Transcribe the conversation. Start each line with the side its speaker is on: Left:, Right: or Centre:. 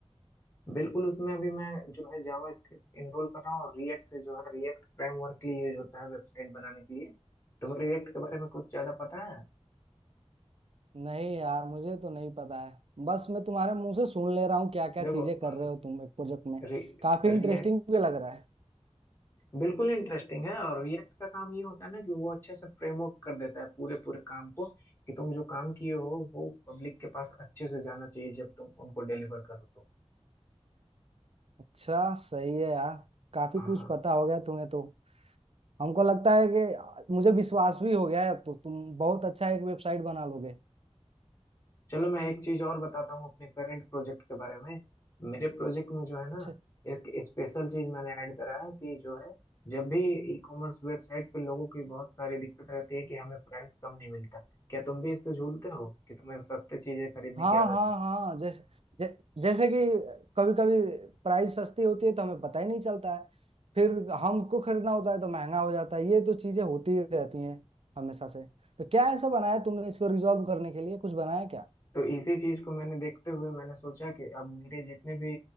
Left: बिल्कुल उसमें अभी मैं जो है जावा स्क्रिप्ट इनरोल कर रहा हूँ और रिएक्ट जो है रिएक्ट फ्रेमवर्क के लिए यूज होता है वेबसाइट बनाने के लिए तुम्हें रिएक्ट के बारे में कुछ ज्यादा पता है
Right: नहीं यार मुझे तो नहीं पता है बस मैं तुम्हारे मुंह से सुन ले रहा हूँ क्या क्या
Left: देखो
Right: चीजें कर रहे हो तुम एक प्रोजेक्ट में
Left: रि,
Right: काफी
Left: रिएक्ट
Right: इंटरेस्टिंग भी लग रहा है
Left: बिल्कुल इंटरेस्टिंग है और रिएक्ट का काम ये होता है ना कि वो अच्छे से फ्रेमवर्क कर देता है पूरे पूरे काम को कि तुम जो काम किए हो वो पब्लिक के पास अच्छे से जाना चाहिए जब तुम उनको डिलीवर करो तो
Right: अच्छा सही है यार काफी
Left: हाँ
Right: कुछ पता हो गया तुम्हें तो हमको लगता है कि मुझे विश्वास भी हो गया है अब तो तुम बहुत अच्छा एक वेबसाइट बना लोगे
Left: चलो मैं एक चीज और बताता हूँ अपने करंट प्रोजेक्ट के बारे में मेरे प्रोजेक्ट में जो है ना
Right: अच्छा
Left: एक स्पेशल चीज मैंने ऐड करा है कि जो है जब भी ई कॉमर्स वेबसाइट पे लोगों की बहुत सारी दिक्कत रहती है कि हमें प्राइस कम नहीं मिलता क्या तुम भी इससे झूलते हो कि तुम्हें सस्ते चीजें खरीदने
Right: हाँ
Left: की आदत
Right: हाँ
Left: है
Right: हाँ जैसे जै, जैसे कि कभी कभी प्राइस सस्ती होती है तो हमें पता ही नहीं चलता है फिर हमको खरीदना होता है तो महंगा हो जाता है ये तो चीजें होती ही रहती हैं हमेशा से तो क्या ऐसा बनाया तुमने इसको रिजॉल्व करने के लिए कुछ बनाया क्या
Left: तो इसी चीज को मैंने देखते हुए मैंने सोचा कि अब मेरे जितने भी